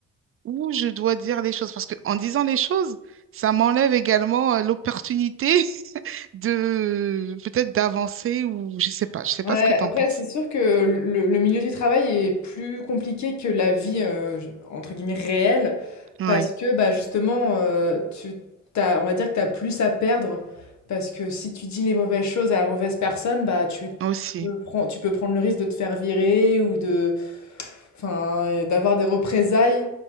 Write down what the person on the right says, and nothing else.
ou je dois dire les choses? Parce que en disant les choses, ça m'enlève également euh, l'opportunité <laughs> de peut-être d'avancer ou je sais pas. Je sais
pas ce que t'en
penses.
Oui,
aussi,